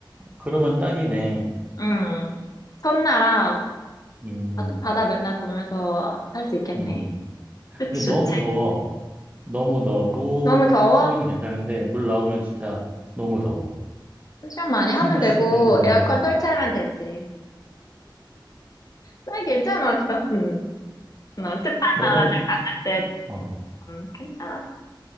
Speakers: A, on the right; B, on the left.
A: 그러면 딱이네.
B: 응. 섬나라,
A: 음,
B: 바- 바다 맨날 보면서 살 수 있겠네.
A: 음.
B: 좋지,
A: 근데
B: 좋지.
A: 너무 더워. 너무 더워. 무
B: 너무 더워?
A: 속에는 괜찮은데, 물 나오면 진짜 너무 더워.
B: 수영 많이 하면
A: 숨못
B: 되고,
A: 쉴 정도로
B: 에어컨
A: 너무 더워.
B: 설치하면 되지. 난 괜찮았어. 응. 어, 습한
A: 너무,
B: 나라들 갔을 때,
A: 어,
B: 음, 괜찮았어.